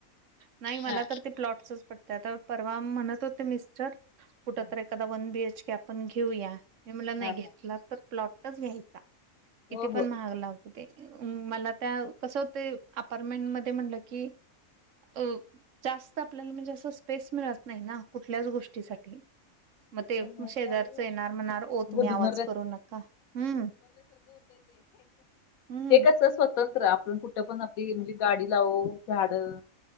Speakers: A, on the right; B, on the left.
A: नाही मला
B: हा
A: तर ते प्लॉटसच पटत आता परवा म्हणत होते मिस्टर कुठ
B: हा
A: तर एखादा वन बीएच के आपण घेऊया हे मला नाही
B: हा.
A: घेतला
B: हा.
A: तर प्लॉट घ्यायचा तिथे
B: हो हो
A: पण महाग लाव मला त्या कस होत अपार्टमेंट मध्ये म्हणलं की अ जास्त आपल्याला म्हणजे अस स्पेस मिळत नाही ना कुठल्याच गोष्टीसाठी मग ते
B: तर मिळत
A: शेजारच
B: नाही
A: येणार
B: आणि
A: म्हणार तुम्ही
B: गुदमरल्या
A: आवाज करू नका हम्म हम्म
B: कस स्वतंत्र आप कुठे पण ते मंजे गाडी लावू, झाडं.